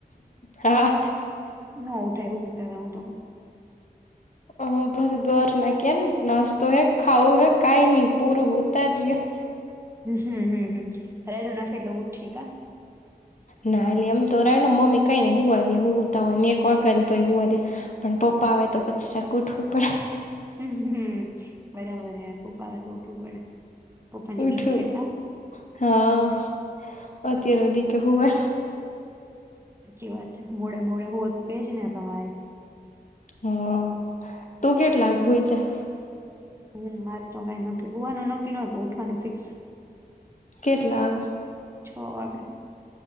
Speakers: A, on the left (about 50°); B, on the right (about 15°).
A: હા
B: ના ઉઠાય હુતુ રહેવા તો પણ.
A: ઓહ બસ બર ના કેન નાસ્તો હે ખાાવું હૈ કઈ નહી પૂરું હોતા રિયો
B: હમ્મ, હમ્મ, હમ્મ, હમ્મ. હેડ નાખે એટલે ઉઠી કા?
A: ના અલી એમ તો રેને મમ્મી કઈ નહીં હોવા દે હું હુંતાં હોય ને એક વાગે ને તો હુંવા દે પણ પપ્પા આવે તો પછી જાકુ ઉઠવું પડે.
B: હમ્મ બરાબર હ ખૂબ આવે તો ઉઠું પડે. પપ્પાની
A: ઉઠું
B: બીક હે કા
A: હા. અત્યારે વધી કે હુંવા
B: હાચી વાત મોડા મોડા હુએ તો કેજ ને ભાઈ.
A: હા. તું કેટલા હુઈ જા?
B: હમ્મ મારું તો કઈ નથી હુંવાનું ના નથી ના ઉઠવાનું ફિક્સ.
A: કેટલા હવે?
B: છો વાગે.